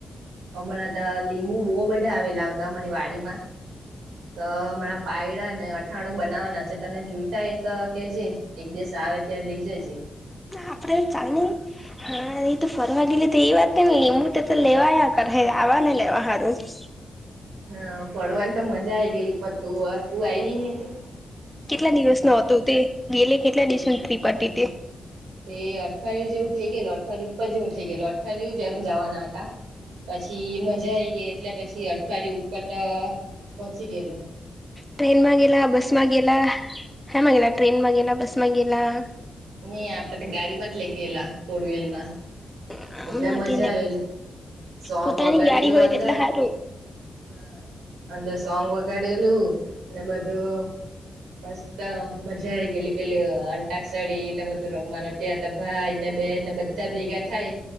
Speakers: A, on the right; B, in the centre.
A: <unintelligible> બહ બધા આવેલા આવતા અમારી વાડીમાં. તો હમણાં પાયડા ને અઠાણું બનાવવાના છે, તને જોઈતા એ તો કે જે એક દસ આવે ત્યારે લીજો છે.
B: આપડે ચા હા એ તો ફરવા ગેલી તો એ વાત ને લીંબુ તો તો લેવાયા કરે હે. આવાને <unintelligible>
A: હા પડવાની તો મજા આ ગયેલી પણ તું તું આવી ને તો
B: કેટલા દિવસ નો હતો તે ગેલે કેટલા દિવસોની ટ્રીપ હતી તે
A: તે અઠવાડિયું જેવું થઈ ગયલું અઠવાડિયું ઉપર જેવું થઈ ગયલું અઠવાડિયું જે એમ જવાના હતા પછી મજા આઈ ગઈ એટલે પછી અઠવાડિયે ઉપર તો પહોંચી ગયેલું
B: ટ્રેનમાં ગેલા બસમાં ગેલા હેમાં ગેલા ટ્રેનમાં ગેલા બસ માં ગેલા
A: નહી આપડે તો ગાડીમાં જ લઈ ગયેલા ફોર વ્લ માં
B: હમ
A: એટલે મજા
B: તેને
A: આવેલ સોંગ
B: પોતાની
A: વગાડેલું
B: ગાડી હોય
A: અડર
B: એટલે સારું
A: હમ અંદર સોંગ વગાડેલું અને બધું મસ્ત મજા આઈ ગયેલી પેલી અંટાક સાડીી ને બધું રમવાનું તં ભાઈ બે ને બધા ભેગા થાય